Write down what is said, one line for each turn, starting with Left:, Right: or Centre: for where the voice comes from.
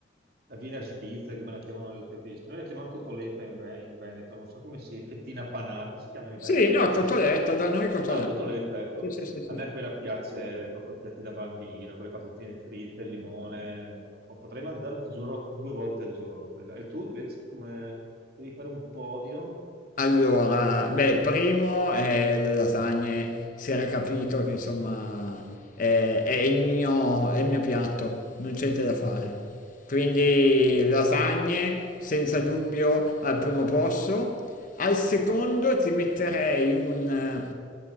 Right: la viene a Svizzera, come la chiamano i tedeschi. Noi la chiamiamo cotoletta in, Ve- in Veneto, non so come si, fettina panata, si chiama in italiano,
Left: sì,
Right: non
Left: no,
Right: lo so.
Left: cotoletta, da noi cotoletta.
Right: Ah, la cotoletta, ecco,
Left: Sì, sì, sì, sì.
Right: a me quella piace proprio piatti da bambino, quelle patatine fritte, il limone, no, Po- potrei mangiare, ti giuro, due volte al giorno quella. E tu invece come devi fare un podio?
Left: Allora, beh, il primo è le lasagne, si era capito che insomma è, è il mio, è il mio piatto, non c'è niente da fare quindi lasagne senza dubbio al primo posto. Al secondo ti metterei un eh,